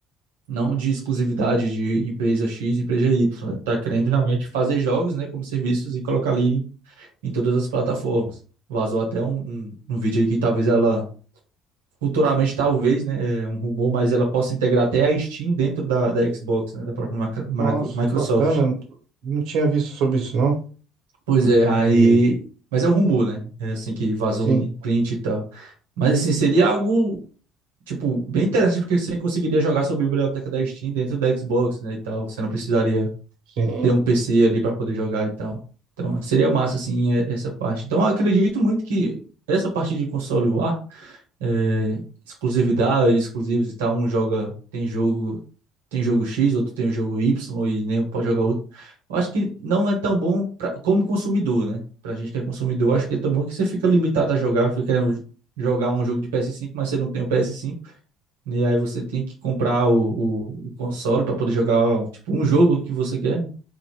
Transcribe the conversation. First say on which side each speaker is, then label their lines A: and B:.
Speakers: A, on the right; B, on the right.
A: não de exclusividade de empresa X, empresa Y. Ela tá querendo realmente fazer jogos, né, como serviços e colocar ali em, em todas as plataformas. Vazou até um, um, um vídeo aí que talvez ela futuramente, talvez, né, é um rumor, mas ela possa integrar até a Steam dentro da, da Xbox, né, da própria macro- macro-
B: Nossa,
A: Microsoft.
B: que bacana. Não tinha visto sobre isso, não.
A: Pois é, aí.
B: E-
A: Mas é um rumor, né? É assim que vazou
B: Sim,
A: um print e tal. Mas assim, seria algo, tipo, bem interessante, porque você conseguiria jogar sua biblioteca da Steam dentro da Xbox, né, e tal. Você não precisaria
B: sim.
A: ter um PC ali para poder jogar e tal. Então, seria massa, assim, e- essa parte. Então, eu acredito muito que essa parte de console VR é, exclusividade, exclusivos e tal. Um joga, tem jogo, tem jogo X, outro tem o jogo Y e nem um pode jogar outro. Eu acho que não é tão bom pra, como consumidor, né? Pra gente que é consumidor, acho que é tão bom que você fica limitado a jogar, fica querendo jogar um jogo de PS5, mas você não tem o PS5, e aí você tem que comprar o, o- o console para poder jogar, tipo, um jogo que você quer.